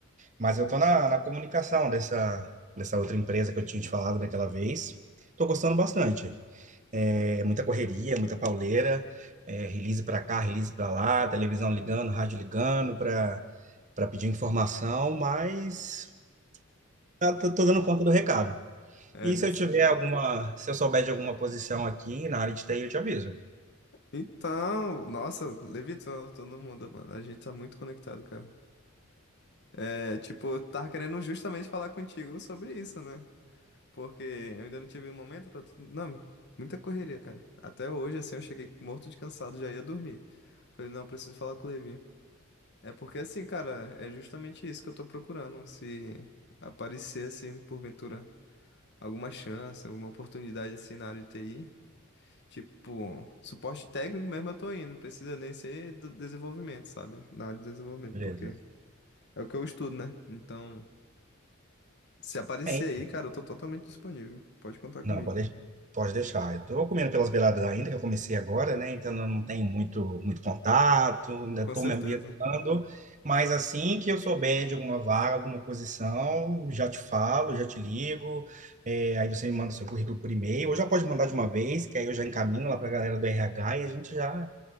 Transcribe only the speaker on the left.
É,
desse
Então, nossa, levitando todo mundo, mano. A gente tá muito conectado, cara. É, tipo, eu tava querendo justamente falar contigo sobre isso, né? Porque eu ainda não tive um momento pra. Não, muita correria, cara. Até hoje, assim, eu cheguei morto de cansado, já ia dormir. Falei, não, eu preciso falar com o Levi. É porque, assim, cara, é justamente isso que eu tô procurando. Se aparecer, assim, porventura, alguma chance, alguma oportunidade, assim, na área de TI. Tipo, suporte técnico mesmo eu tô indo, não precisa nem ser do desenvolvimento, sabe? Na área de desenvolvimento,
porque é o que eu estudo, né? Então, se aparecer
aí, cara, eu tô totalmente disponível. Pode contar
comigo.
Com certeza.